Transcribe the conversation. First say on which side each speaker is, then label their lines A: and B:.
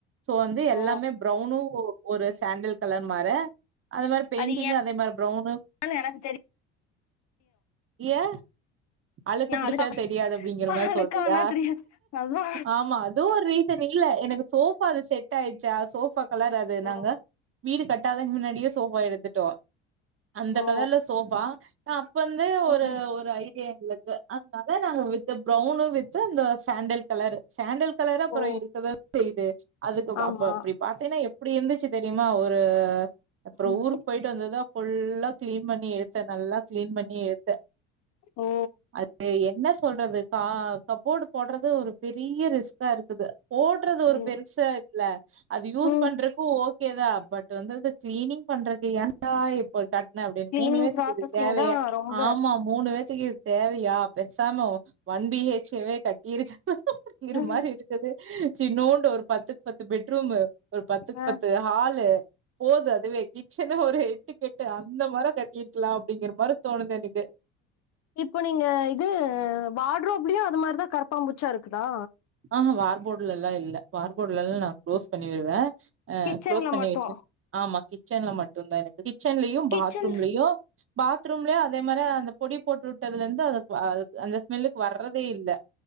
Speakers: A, on the right (about 40°); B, on the left (about 55°).
A: சோ வந்து எல்லாமே
B: ஓ
A: ப்ரௌனும் ஒரு சாண்டில் கலர் மார அந்த மாரி பெயிண்டிங்
B: அது
A: அதே மாரி ப்ரௌனு
B: ஏன்னு எனக்கு தெரியு
A: ஏ அழுக்கு புடிச்சா
B: அழுக்கா
A: தெரியாது அப்படிங்கிற மாரி
B: அழுக்கானா
A: சொல்றியா
B: தெரியாது அதா
A: ஆமா அதுவும் ஒரு ரீசன் இல்ல எனக்கு சோபாது செட் டா ஆயிடுச்சா சோஃபா கலர் அது
B: ஓ
A: நாங்க வீடு கட்டாதக்கு முன்னாடியே சோஃபா எடுத்துட்டோம் அந்த
B: ஓ
A: கலர்ல சோஃபா அப்ப வந்து ஒரு
B: ம் ம்
A: ஒரு ஐ எங்களுக்கு அதனால நாங்க வித்து பிரவுன்னு வித்து இந்த சாண்டல் கலர் சாண்டல் களரு அப்ரோ
B: ஓ
A: இருக்கதா செய்து அதுக்கு
B: ஆமா
A: அப்ப அப்படி பா தின்னா எப்டி இருந்துச்சு தெரியுமா ஒரு அப்ரோ
B: ம்
A: ஊர் போயிட்டு வந்ததா ஃபுல்லா கிளீன் பண்ணி எடுத்த நல்லா கிளீன் பண்ணி எடுத்த
B: ஓ
A: அது என்ன சொல்றது கா கபோர்டு போடுறது ஒரு பெரிய ரிஸ்கா இருக்குது போடுறது ஒரு
B: ம்
A: பெருசா இல்ல அது யூஸ்
B: ம்
A: பண்றப்போ ஓ கேதா பட் வந்து அது கிளீனிங் பண்றதுக்குயன் டா இப்ப கட்ன அப்படின்னு
B: கிளீனிங்
A: மூணு பேத்துக்கு
B: ப்ராசஸிங்
A: இது தேவைய
B: தா ரொம்ப
A: ஆமா மூணு பேத்துக்கு இது தேவையா பேசாம ஒன் பிஹெச்வே கட்டியிருக்கலா
B: ம்
A: மாரி இரு தது சி பன்நோண்டு ஒரு பத்துக்கு பத்து பெட்ரூம் ஒரு பத்துக்கு
B: ஆ
A: பத்து ஹாலு போது அதுவே கிச்சன் ஒரு எட்டுக் கெட்டு அந்த மரம் கட்டிருக்கலாம் அப்படிங்கிற மாரி தோணுது எனக்கு
B: இப்போ நீங்க இது வாடுறோ அப்படியும் அது மாரிதான் கரப்பாம்பூச்சா இருக்குதா
A: ஆஹ் வார்போர்டுல எல்லாம் இல்ல வார்போர்டுலல்லாம் நான் கு்ளோஸ் பண்ணிவிடுவ அஹ
B: கிச்சன்ல
A: க்ளோஸ் பண்ணி
B: மட்டு
A: வச்சன் ஆமா கிச்சன்ல மட்டுும்்தான் எனக்கு கிச்சன்லயும்
B: கிச்சன்ல
A: பாத்ரூம்லயும் பாத்ரூம்லயே அதே மாதிரி அந்த பொடி போட்டு விட்டதுல இருந்து அது அந்த ஸ்மெல்லுக்கு வர்றதே இல்ல